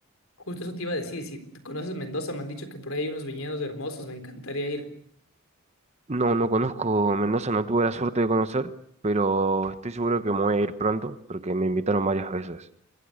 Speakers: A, on the left; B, on the right.
A: justo eso te iba a decir. Si te conoces Mendoza, me han dicho que por ahí hay unos viñedos hermosos. Me encantaría ir.
B: No, no conozco Mendoza, no tuve la suerte de conocer, pero estoy seguro que me voy a ir pronto porque me invitaron varias veces.